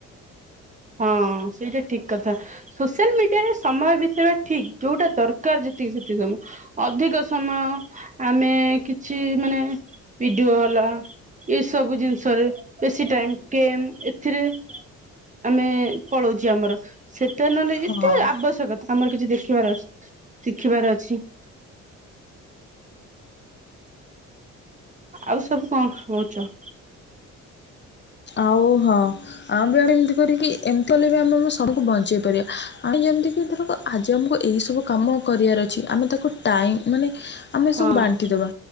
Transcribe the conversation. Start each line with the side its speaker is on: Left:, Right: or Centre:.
Right: ହଁ ସେଇଟା ଠିକ୍ କଥା। ସୋସିଆଲ ମିଡ଼ିଆରେ ସମୟ ବିତେଇବା ଠିକ୍ ଯୋଉଁଟା ଦରକାର ଯେତିକି ସେତିକି ସମୟ। ଅଧିକ ସମୟ ଆମେ କିଛି ମାନେ ଭିଡିଓ ହେଲା। ଏସବୁ ଜିନିଷରେ ବେଶୀ ଟାଇମ୍ କେମ୍ ଏଥିରେ। ଆମେ ପଳଉଚି ଆମର ସେଥିରେ ନ ନେଇକି
Left: ହଁ
Right: ତେ ଆବଶ୍ୟକ ତମର କିଛି ଦେଖିବାର ଶିଖିବାର ଅଛି। ଆଉ ସବୁ କଣ କରୁଛ?
Left: ଆଉ ହଁ। ଆମେ ଆମେ ଏମିତି କରିକି ଏମିତି କଲେ ବି ଆମେ ଆମ ସବୁକୁ ବଞ୍ଚେଇ ପାରିବା ଆମେ ଯେମିତିକି ଧରକ। ଆଜି ଆମକୁ ଏଇ ସବୁ କାମ କରିବାର ଅଛି ଆମେ ତାକୁ ଟାଇମ୍ ମାନେ। ଆମେ
Right: ହଁ
Left: ସବୁ ବାଣ୍ଟିଦବା